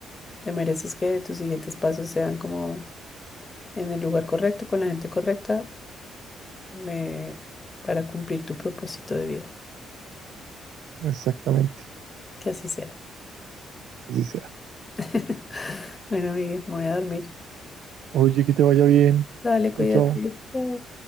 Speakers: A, on the left; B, on the right.
A: Te mereces que tus siguientes pasos sean como en el lugar correcto, con la gente correcta, me- para cumplir tu propósito de vida.
B: Exactamente.
A: Que así sea.
B: Así sea.
A: <laughs> Bueno, Miguel, me voy a dormir.
B: Oye, que te vaya bien.
A: Dale, cuídate.
B: Chao, chao.
A: Chao.